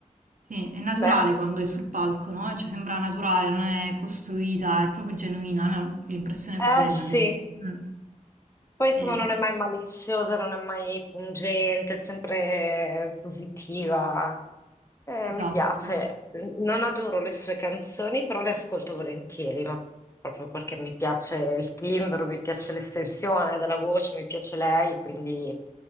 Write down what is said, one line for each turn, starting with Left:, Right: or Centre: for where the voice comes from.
Right: Sì, è naturale
Left: Beh,
Right: quando è sul palco, no? Cioè sembra naturale, non è costruita, è proprio genuina, almeno l'impressione è
Left: eh
Right: quella
Left: sì,
Right: poi. Mm.
Left: poi insomma
Right: Eh,
Left: non è mai maliziosa, non è mai pungente, è sempre positiva. Eh,
Right: esatto,
Left: mi piace, non adoro le sue canzoni, però le ascolto volentieri, ma proprio perché mi piace il timbro, mi piace l'estensione della voce, mi piace lei, quindi